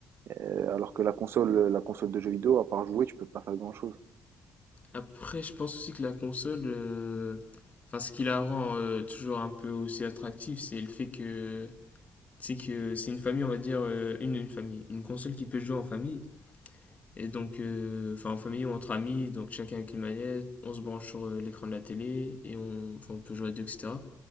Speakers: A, on the right; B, on the left.
A: Euh, alors que la console, la console de jeux vidéo, à part jouer, tu peux pas faire grand-chose.
B: Après, je pense aussi que la console. euh, Enfin, ce qui la rend euh, toujours un peu aussi attractive, c'est le fait que c'est que c'est une famille, on va dire, euh, une, une famille, une console qui peut jouer en famille. Et donc, euh, enfin, en famille ou entre amis, donc chacun avec une manette, on se branche sur euh, l'écran de la télé et on, enfin, on peut jouer à deux, etc.